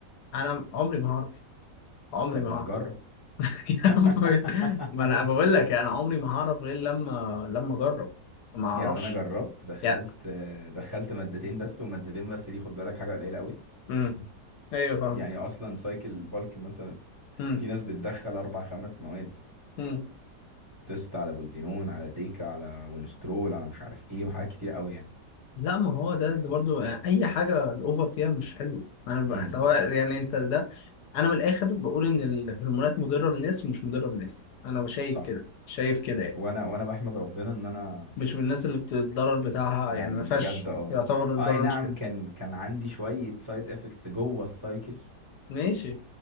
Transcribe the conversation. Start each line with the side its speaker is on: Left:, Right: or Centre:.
Left: انا عمري ما هعرف عمري
Right: طب
Left: ما
Right: ما
Left: هعرف
Right: تجرب
Left: <laughs> يا عم،
Right: <laughs>
Left: ما انا بقول لك انا عمري ما هعرف غير لما لما اجرب ما اعرفش
Right: يعني انا جربت دخلت
Left: يعني
Right: دخلت مادتين بس ومادتين بس دي خد بالك حاجة قليلة قوي
Left: امم ايوه فاهمك
Right: يعني اصلا سايكل بالك مثلا
Left: امم
Right: في ناس بتدخل اربع خمس مواد
Left: امم
Right: تيست على بولدينون على ديكا على ونسترول على مش عارف ايه وحاجات كتير قوي يعني
Left: لا ما هو ده, ده برضو اي حاجه الاوفر فيها مش حلو انا بقى
Right: امم
Left: سواء يعني انت ده انا من الاخر بقول ان الهرمونات مضره للناس ومش مضره للناس انا شايف
Right: صح
Left: كده شايف كده يعني
Right: وانا وانا بحمد ربنا ان انا
Left: مش من الناس اللي بتتضرر بتاعها
Right: يعني
Left: يعني ما فيهاش
Right: بجد اه
Left: يعتبر الضرر
Right: آه، اي نعم
Left: مش كده
Right: كان كان عندي شوية سايد افكتس جوه السايكل
Left: ماشي